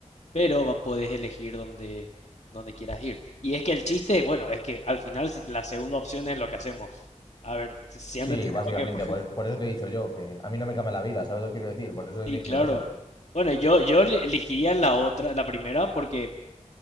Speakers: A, on the left; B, on the left.
A: pero va- puedes elegir donde, donde quieras ir. Y es que el chiste, bueno, es que al final si- la segunda opción es lo que hacemos. A ver, siempre
B: Sí,
A: tenemos
B: básicamente,
A: que... <laughs> po-
B: por, por eso te he dicho yo, que a mí no me cambia la vida, ¿sabes lo que quiero decir? Por eso he elegido
A: Sí, claro.
B: esa.
A: Bueno, yo, yo le- elegiría la otra, la primera, porque...